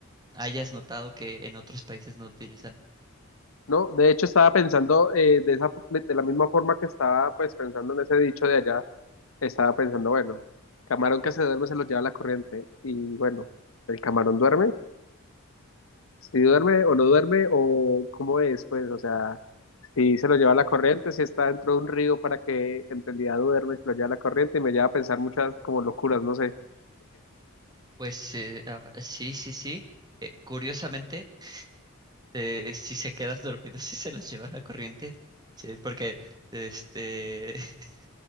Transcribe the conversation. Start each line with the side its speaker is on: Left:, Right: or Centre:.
Right: hayas notado que en otros países no utilizan.
Left: ¿no? De hecho, estaba pensando eh, de esa, de la misma forma que estaba pues pensando en ese dicho de allá, estaba pensando, bueno, camarón que se duerme se lo lleva la corriente y bueno, el camarón duerme, si duerme o no duerme o cómo es, pues, o sea, si se lo lleva la corriente, si está dentro de un río para que en realidad duerme, se lo lleva la corriente y me lleva a pensar muchas como locuras, no sé.
Right: Pues eh, ah, sí, sí, sí. Eh, curiosamente, eh, si se quedan dormidos, <laughs> si se los lleva la corriente, sí, porque este, <laughs>